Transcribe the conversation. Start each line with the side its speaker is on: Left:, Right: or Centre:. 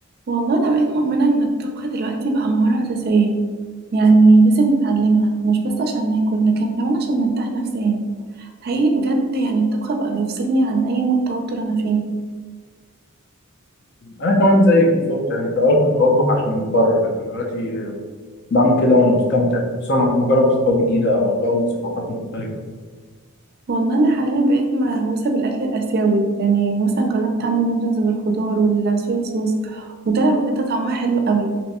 Right: والله أنا بقيت مؤمنة إن الطبخ دلوقتي بقى مهارة أساسية يعني لازم نتعلمها مش بس عشان ناكل لكن كمان عشان نرتاح نفسيا حقيقي بجد يعني الطبخ بقى بيفصلني عن أي مود توتر أنا فيه
Left: انا كمان زيك بالظبط يعني في الاول كنت بطبخ عشان مضطر لكن دلوقتي بعمل كده وانا مستمتع خصوصا لما اجرب وصفات جديده او اطباق من ثقافات مختلفه
Right: والله أنا حاليا بقيت مهووسة بالأكل الآسيوي يعني مثلا جربت أعمل نودلز بالخضار والصويا صوص وطلع بجد طعمها حلو قوي